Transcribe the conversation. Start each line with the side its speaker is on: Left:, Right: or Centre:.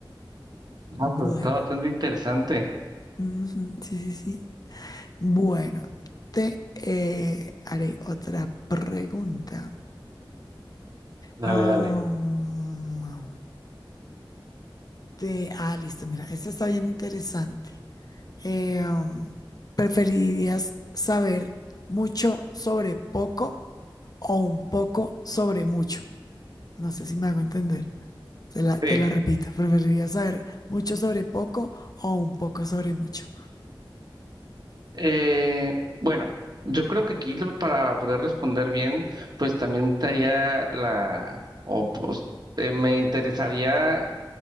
Right: Ah,
Left: Bueno,
Right: pues está bastante interesante.
Left: ujú, sí, sí, sí. Bueno, te eh, haré otra pregunta.
Right: Dale,
Left: Ah,
Right: dale.
Left: mm, Te- ah, listo, mira, esto está bien interesante. Eh, um, ¿preferirías saber mucho sobre poco o un poco sobre mucho? No sé si me hago entender. Te la, te
Right: Sí.
Left: la repito. ¿Preferirías saber mucho sobre poco o un poco sobre mucho?
Right: Eh, bueno, yo creo que aquí lo- para poder responder bien, pues también estaría la, o pues, eh, me interesaría